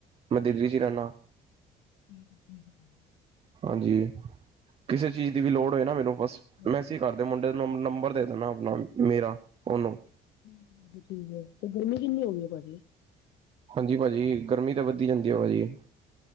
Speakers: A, on the right; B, on the left.
A: ਮੈਂ ਦਿੱਲੀ 'ਚ ਹੀ ਰਹਿੰਨਾ।
B: ਹਮ ਹਮ
A: ਹਾਂਜੀ ਕਿਸੇ ਚੀਜ਼ ਦੀ ਵੀ ਲੋੜ ਹੋਏ ਨਾ ਮੈਨੂੰ ਬਸ
B: ਠੀਕ
A: ਮੈਸੇਜ ਕਰ ਤੇ ਮੁੰਡੇ ਨੂੰ ਨੰ ਨੰਬਰ ਦੇ ਦੇਣਾ ਆਪਣਾ ਮੇਰਾ ਉਹਨੂੰ
B: ਠੀਕ ਹੈ ਜੀ ਠੀਕ ਹੈ ਤੇ ਗਰਮੀ ਕਿੰਨੀ ਹੋ ਗਈ ਏ ਭਾਜੀ?
A: ਹਾਂਜੀ ਭਾਜੀ ਗਰਮੀ ਤੇ ਵੱਧਦੀ ਜਾਂਦੀ ਹੈ ਭਾਜੀ।